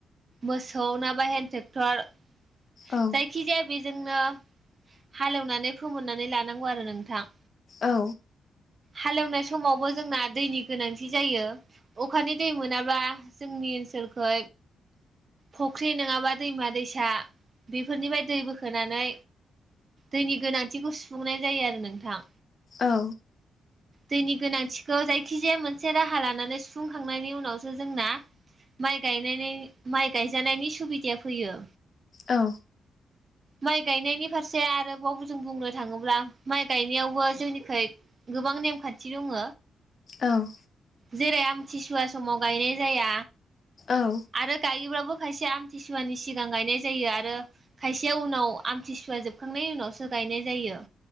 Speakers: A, on the right; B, on the left.
A: मोसौ नङाबा हेन्द ट्रेक्टर
B: औ
A: जायखिजाया बे जोंनो हालेवनानै फोमोननानै लानांगौ आरो नोंथां।
B: औ।
A: हालेवनाय समावबो जोंना दैनि गोनांथि जायो। अखानि दै मोनाबा जोंनि ओनसोलखौ फुख्रि नङाबा दैमा दैसा बेफोरनिफ्राय दै बोखोनानै दैनि गोनांथिखौ सुफुंनाय जायो आरो नोंथां।
B: औ।
A: दैनि गोनांथिखौ जायखिजाया मोनसे राहा लानानै सुफुंखांनायनि उनावसो जोंना माइ गायनायनि माइ गायजानायनि सुबिदाया फैयो।
B: औ।
A: माइ गायनायनि फारसे आरोबावबो जों बुंनो थाङोब्ला माइ गायनायावबो जोंनिख गोबां नेमखान्थि दङ।
B: औ।
A: जेरै आमथिसुवा समाव गायनाय जाया।
B: औ
A: आरो गायोबाबो खायसे आमथिसुवानि सिगां गायनाय जायो आरो खायसे जे उनाव आमथिसुवा जोबखांनायनि उनावसो गायनाय जायो।